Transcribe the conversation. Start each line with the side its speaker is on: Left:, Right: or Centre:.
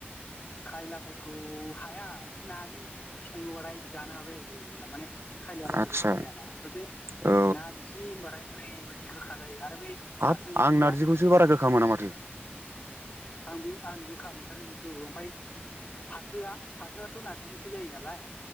Left: खायलाफोरखौ हाया बै नाजों एसे बिदै सङोबाथाय जानो हाबाय आरो गोदि गोला माने खायलिया बारा
Right: आदसा
Left: गोखा जायाना आमफ्राय बे
Right: औ
Left: नारजि होनबाथाय ओरैबायदि गोखा जायो आरो बै
Right: हाब
Left: फाथो ओंख्रिया
Right: आं नारजिखौसो बारा गोखा मोना माथो
Left: आं बे आं गोखा मोनथारो बेखौ ओमफाय फाथोआ फाथोआथ' नारजिनिफ्राय जायो नालाय